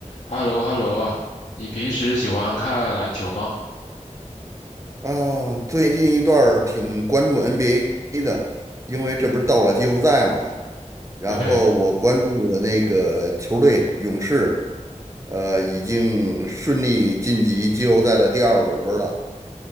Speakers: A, on the left (about 60°); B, on the right (about 25°).
A: h e l l o h e l l o 啊，你平时喜欢看篮球吗？
B: 啊，最近一段儿挺关注 NBA 的，因为这不是到了季后赛了嘛。然后我关注的那个球队勇士，
A: 对
B: 呃，已经顺利晋级季后赛的第二轮儿了。